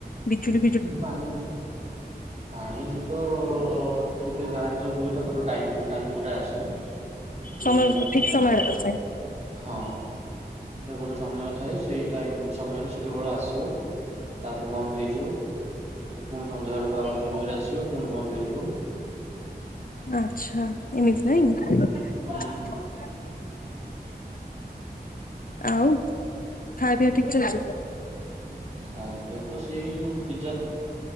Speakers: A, on the left; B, on the right.
A: ବିଜୁଳି
B: ଇ ପାଣି। ପାଣି ବି ତ ଟିକେ ଗାଁରେ ଜାଣିଥିବେ ତାଙ୍କର ଟାଇମ୍ ଟୁ ଟାଇମ୍ ଗୋଟେ ଆସେ। ସେଇଭଳିଆ
A: ସମୟ ଠିକ ସମୟ। <unintelligible>
B: ହଁ ସେ ଗୋଟେ ସମୟ ଥାଏ ସେଇ ଟାଇମ୍ ସମୟରେ ସେ କେବଳ ଆସିବ ତା ପରେ ବନ୍ଦ ହେଇଯିବ ପୁଣି ସନ୍ଧ୍ୟା ବେଳକୁ ଆଉ ଗୋଟେ ସମୟରେ ଆସିବ ପୁଣି ବନ୍ଦ ହେଇଯିବ।
A: ଆଚ୍ଛା ଏମିତି ନାଇଁ।
B: ହୁଁ।
A: <inaudible> ଆଉ ଖା ପିଆ ଠିକ୍ ଚାଲିଚି?
B: ଖା ପିଆ ତ ସେଇ ପିଜା